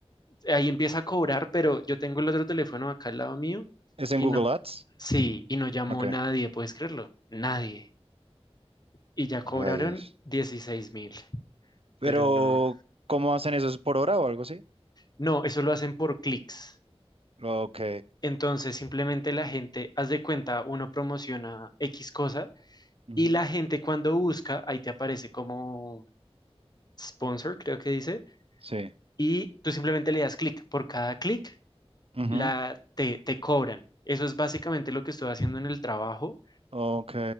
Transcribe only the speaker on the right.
¿Es en
Google
Ads?
Ok,
rayos.
Pero,
¿cómo hacen eso? ¿Es por hora o algo así?
Ok.
Ujú.
Sí.
Ujú.
Ok.